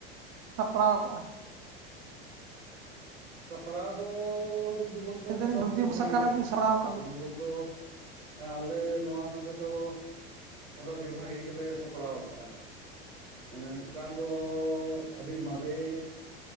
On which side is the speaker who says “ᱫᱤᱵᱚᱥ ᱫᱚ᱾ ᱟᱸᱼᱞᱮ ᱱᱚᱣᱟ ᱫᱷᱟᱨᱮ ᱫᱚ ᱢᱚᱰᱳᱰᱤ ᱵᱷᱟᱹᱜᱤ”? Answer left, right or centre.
Right